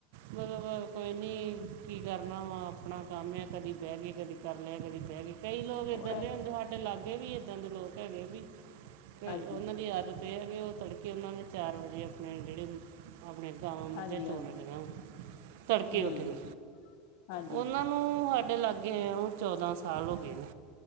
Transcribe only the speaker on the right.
ਮਤਲਬ ਕੋਈ ਨੀ ਕੀ ਕਰਨਾ ਵਾ ਆਪਣਾ ਕੰਮ ਏ ਕਦੀ ਬਹਿ ਗੇ ਕਦੀ ਕਰ ਲਿਆ ਕਦੀ ਬਹਿ ਗੇ ਕਈ ਲੋਕ
ਏਦਾਂ ਦੇ ਹੁੰਦੇ ਸਾਡੇ ਲਾਗੇ ਵੀ ਏਦਾਂ ਦੇ ਲੋਕ ਹੈਗੇ ਵੀ
ਕ ਉਹਨਾਂ ਦੀ ਆਦਤ ਏ ਆ ਵੀ ਉਹ ਤੜਕੇ ਉਹਨਾਂ ਨੇ ਚਾਰ ਵਜੇ ਆਪਣੇ ਜਿਹੜੇ ਆਪਣੇ ਗਵਾਂ ਮੱਝਾਂ
ਚੋ
ਲੈਦੀਆਂ ਵਾ ਤੜਕੇ
ਉੱਠ ਕੇ
ਉਨਾਂ ਨੂੰ ਸਾਡੇ ਲਾਗੇ ਆਏ ਹੋਏ ਨੂੰ ਚੌਦਾਂ ਸਾਲ ਹੋ ਗਏ ਨੇ।